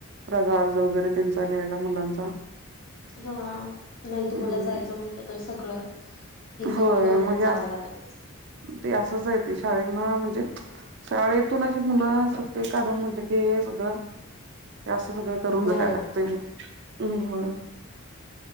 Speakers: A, on the right; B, on the left.
A: रजा अर्ज वगैरे त्यांचा लिहायला मुलांचा.
B: हा, नाही तुम्हाला
A: हं,
B: जायचं म्हटलं तर सगळं हे सगळं
A: होय
B: करूनच
A: मग
B: जावं
A: हे अस
B: लागत असेल.
A: ते असंच आहे ते शाळेतन हणजे शाळेतून, अशी मुलं सुट्टी काढून म्हटलं की सगळ हे असं सगळं करून
B: हो
A: जायला लागतय मग.